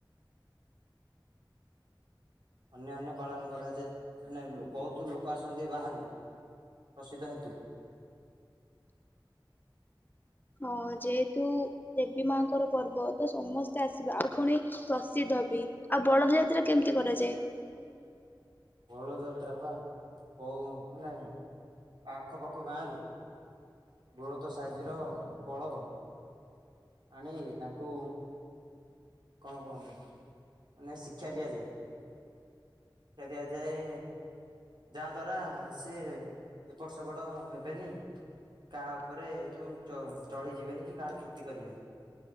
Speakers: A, on the right; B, on the left.
A: ଅନ୍ୟାନ୍ୟ ପାଳନ କରାଯାଏ ମାନେ ବହୁତ ଲୋକ ଆସନ୍ତି ବାହାରୁ ପ୍ରସିଦ୍ଧ ହେତୁ।
B: ହଁ ଯେହେତୁ ଦେବୀ ମାଙ୍କର ପର୍ବ ତ ସମସ୍ତେ ଆସିବେ ଆଉ ପୁଣି ପ୍ରସିଦ୍ଧ ବି ଆଉ ବଳଦ ଯାତ୍ରା କେମିତି କରାଯାଏ।
A: ବଳଦ ଯାତ୍ରା ବା ବହୁ ମାନେ ଆଖ ପାଖ ଗାଁରୁ ବୃହତ ସାଇଜ ର ବଳଦ ଆଣି ତାଙ୍କୁ କଣ କୁହନ୍ତି ମାନେ ଶିକ୍ଷା ଦିଆଯାଏ। ଶିକ୍ଷା ଦିଆଯାଏ ଯାହାଦ୍ୱାରା ସେ ଏପଟ ସେପଟ ହେବେନି କାହା ଉପରେ ଯୋଉ ଚଡ୍ ଚଢ଼ିଯିବେନି କି କାହାର କ୍ଷତି କରିବେନି